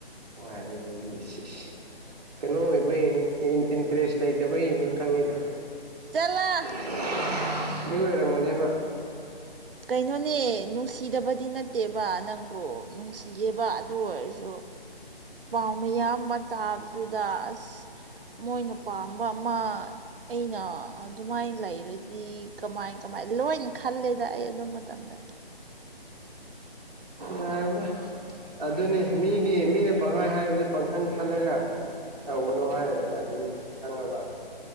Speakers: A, on the right (about 40°); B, on the right (about 65°).
A: ꯋꯥꯔꯤꯗꯤ ꯁꯤ ꯀꯩꯅꯣ ꯑꯣꯏꯕꯒꯤꯅꯦ ꯏꯟꯇꯔꯦꯁ ꯂꯩꯇꯕꯒꯤꯅꯦ ꯈꯪꯉꯤꯗ
B: ꯆꯠꯂꫭ
A: <unintelligible>
B: ꯀꯩꯅꯣꯅꯦ ꯅꯨꯡꯁꯤꯗꯕꯗꯤ ꯅꯠꯇꯦꯕ ꯅꯪꯕꯨ ꯅꯨꯡꯁꯤꯒꯦꯕ ꯑꯗꯨ ꯑꯣꯏꯔꯁꯨ ꯄꯥꯎꯝꯃꯤꯌꯥꯝꯕ ꯇꯥꯕꯗꯨꯗ ꯑꯁ ꯃꯣꯏꯅ ꯄꯥꯝꯕ ꯑꯃ ꯑꯩꯅ ꯑꯗꯨꯃꯥꯏꯅ ꯂꯩꯔꯗꯤ ꯀꯃꯥꯏ ꯀꯃꯥꯏ ꯂꯣꯏ ꯈꯜꯂꯦꯗ ꯑꯩ ꯑꯗꯨ ꯃꯇꯝꯗ
A: ꯌꯥꯏꯗ ꯑꯗꯨꯅꯤ ꯃꯤꯒꯤ ꯃꯤꯅ ꯄꯪꯍꯥꯏ ꯍꯥꯏꯕꯗꯨ ꯄꯥꯡꯈꯟ ꯈꯜꯂꯒ ꯇꯧꯒꯅꯨ ꯍꯥꯏ ꯑꯗꯨ ꯑꯗꯨꯅꯦ ꯈꯪꯉꯕ